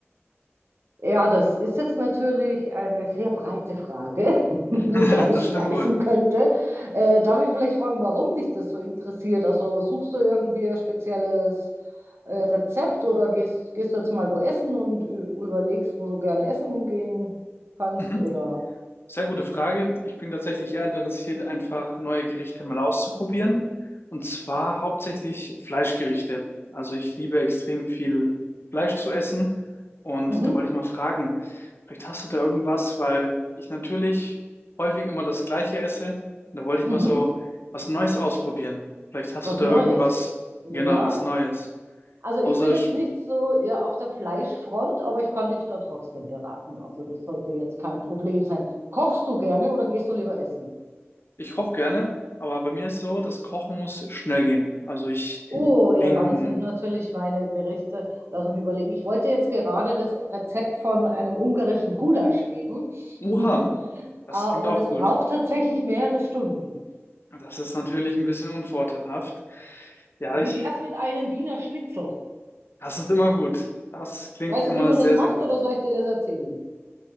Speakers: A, on the right (about 60°); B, on the left (about 55°).
A: ja, das ist jetzt natürlich eine sehr breite Frage, <laughs>
B: <laughs>
A: wo ich ausschweifen
B: Das stimmt wohl.
A: könnte. Äh, darf ich vielleicht fragen, warum dich das so interessiert? Also suchst du irgendwie ein spezielles äh, Rezept oder gehst, gehst du jetzt mal wo essen und ü- überlegst, wo du gern essen gehen kannst
B: Mhm.
A: oder
B: Sehr gute Frage. Ich bin tatsächlich eher interessiert, einfach neue Gerichte mal auszuprobieren. Und zwar hauptsächlich Fleischgerichte. Also ich liebe extrem viel Fleisch zu essen. Und
A: mhm,
B: da wollte ich mal fragen, vielleicht hast du da irgendwas, weil ich natürlich häufig immer das Gleiche esse. Und da wollte ich
A: mhm,
B: mal so was Neues ausprobieren. Vielleicht hast
A: was
B: du da
A: Neues?
B: irgendwas,
A: Ja.
B: genau, was Neues.
A: Also ich
B: Außer
A: bin jetzt
B: ich,
A: nicht so ja, auf der Fleischfront, aber ich kann dich da trotzdem beraten. Also das sollte jetzt kein Problem sein. Kochst du gerne oder gehst du lieber essen?
B: ich koche gerne, aber bei mir ist so, das Kochen muss schnell gehen. Also ich
A: Oh, ja,
B: bin
A: dann sind natürlich meine Gerichte, lass mich überlegen. Ich wollte jetzt gerade das Rezept von einem ungarischen Gulasch geben,
B: Uha,
A: <laughs>
B: das
A: aber
B: klingt auch
A: das
B: gut.
A: braucht tatsächlich mehrere Stunden.
B: Das ist natürlich ein bisschen unvorteilhaft. Ja,
A: Wie
B: ich,
A: wäre es mit einem Wiener Schnitzel?
B: das ist immer gut. Das klingt
A: Weißt
B: immer
A: du, wie man
B: sehr,
A: das macht
B: sehr gut.
A: oder soll ich dir das erzählen?